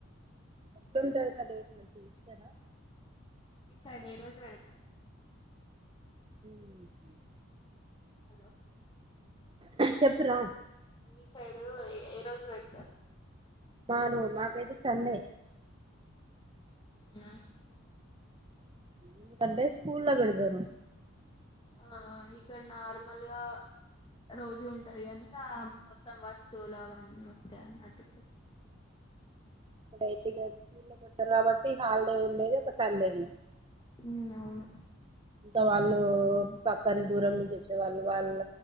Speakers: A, on the right; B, on the left.
A: ఎట్లుంటది కద మంచి చూస్తారా
B: మీకుసడే రోజు వెడతాడు
A: హ్మ్మ్
B: హలో
A: చెప్ రా
B: మీ సైడు ఏ రోజు పెడతారు
A: మాను మాకయితే సండే
B: నా
A: ఎందుకంటే స్కూల్లో పెడతాము
B: ఆ ఆ ఇ ఇక్కడ నార్మల్గా రోజు ఉంటది గని ఇగ మొత్తం వస్తువులు అవన్నీ వస్తాయి అన్నటు
A: ఇప్పుడైతే ఇ స్కూల్ లో పెట్టారు కాబట్టి హాలిడే ఉండేది ఒక సండేనే
B: ఉమ్ అవును
A: ఇంకా వాళ్ళు పక్కన దూరం నుంచి వచ్చేవాళ్ళు వాళ్ళ